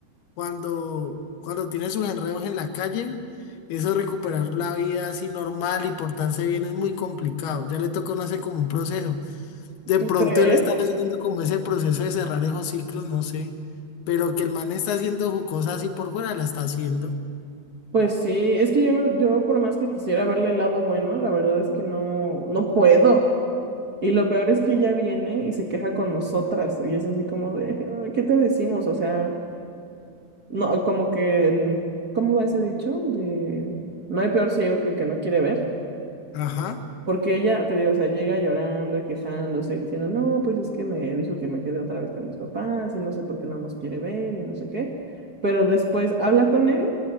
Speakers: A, on the left; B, on the right.
A: cuando, cuando tiene sus enredos en la calle, eso de recuperar la vida así normal y portarse bien es muy complicado. Ya le toca no hacer como un proceso. De
B: ¿tú
A: pronto
B: crees?
A: él está haciendo como ese proceso de cerrar esos ciclos, no sé. Pero que el man está haciendo su cosa así por fuera, la está haciendo.
B: Pues sí, es que yo no, yo por más que quisiera verle el lado bueno, la verdad es que no, no puedo. Y lo peor es que ella viene y se queja con nosotras. Y es así como de, "Ay, ¿qué te decimos? O sea, No, como que, mm, ¿cómo va ese dicho? De no hay peor ciego que el que no quiere ver.
A: Ajá.
B: Porque ella, te digo, o sea, llega llorando y quejándose y diciendo, no, pues es que me dijo que me quedé otra vez con mis papás y no sé por qué no nos quiere ver y no sé qué. Pero después habla con él